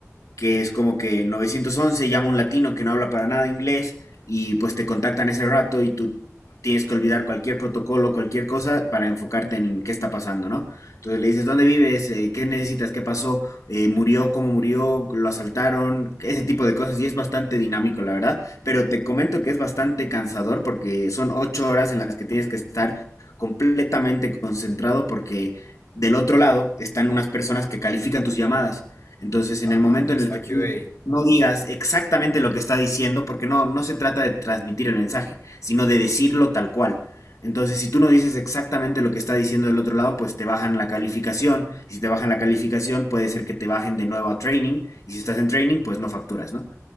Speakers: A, on the left (about 80°); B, on the left (about 60°).
A: que es como que 911 llama a un latino que no habla para nada inglés y pues te contactan ese rato y tú tienes que olvidar cualquier protocolo, cualquier cosa para enfocarte en qué está pasando, ¿no? Entonces le dices, ¿dónde vives? Eh, ¿Qué necesitas? ¿Qué pasó? Eh, ¿Murió? ¿Cómo murió? ¿Lo asaltaron? Ese tipo de cosas y es bastante dinámico, la verdad, pero te comento que es bastante cansador porque son ocho horas en las que tienes que estar completamente concentrado porque del otro lado están unas personas que califican tus llamadas. Entonces,
B: Ajá,
A: en el momento
B: está
A: en el que
B: QA.
A: tú no digas exactamente lo que está diciendo, porque no, no se trata de transmitir el mensaje, sino de decirlo tal cual. Entonces, si tú no dices exactamente lo que está diciendo del otro lado, pues te bajan la calificación. Y si te bajan la calificación, puede ser que te bajen de nuevo a training. Y si estás en training, pues no facturas, ¿no?